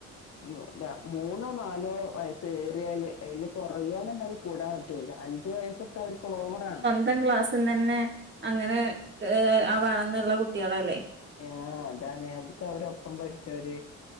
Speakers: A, on the left; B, on the right.
A: ഉം ല മൂന്നോ നാലോ വയസ്സ് ഏറിയല് അയ്ല് കുറയാനല്ലാതെ കൂടാൻ പറ്റൂല അൻ അഞ്ചു വയസ്സക്കെ അവര്ക്ക് ഓവറാണ്
B: ഇപ്പം ക്ലാസ്സിന്ന് ന്നെ അങ്ങനെ ഏ ആവണംന്നുള്ള കുട്ട്യേളല്ലേ
A: ആ അതാണ് അവര്ക്ക് അവരൊപ്പം പഠിച്ചോര്